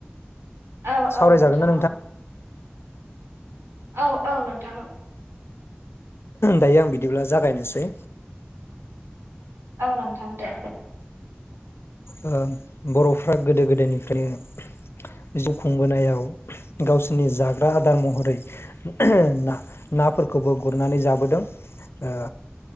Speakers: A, on the right; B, on the left.
A: औ
B: सावरायजागोन
A: औ नोंथां
B: ना
A: औ औ औ नोंथां औ
B: दायो आं बिदिब्ला जागायनोसै
A: औ नोंथां दे
B: ओ बर'फ्रा गोदो गोदायनिफ्रायनो जिउ खुंबोनायाव गावसोरनि जाग्रा आदार महरै ना नाफोरखौबो गुरनानै जाबोदों ओ